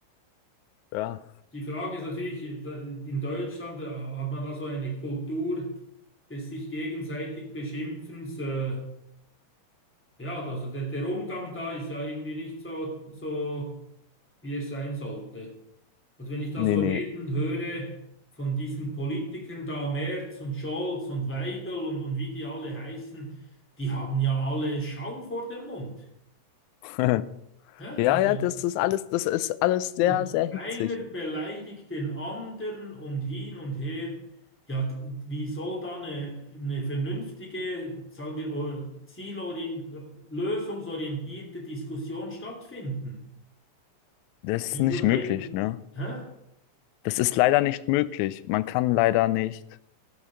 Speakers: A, on the left; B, in the centre.
A: Ja,
B: Die Frage ist natürlich, da- in Deutschland äh, hat man da so eine Kultur des sich gegenseitig Beschimpfens. äh, Ja, also der, der Umgang da ist ja irgendwie nicht so, so, wie er sein sollte. Also wenn ich da
A: Nee,
B: so
A: nee.
B: reden höre von diesen Politikern da, Merz und Scholz und Weidel und, und wie die alle heißen, die haben ja alle Schaum vor dem Mund.
A: <laughs>
B: Hä?
A: Ja,
B: Also,
A: ja, das ist alles, das ist alles sehr,
B: und
A: sehr hitzig.
B: einer beleidigt den anderen und hin und her. Ja, d- wie soll da eine, eine vernünftige, sagen wir, or- zielorient, lösungsorientierte Diskussion stattfinden?
A: das
B: Wenn
A: ist nicht
B: du einem,
A: möglich, ne?
B: hä?
A: Das ist leider nicht möglich. Man kann leider nicht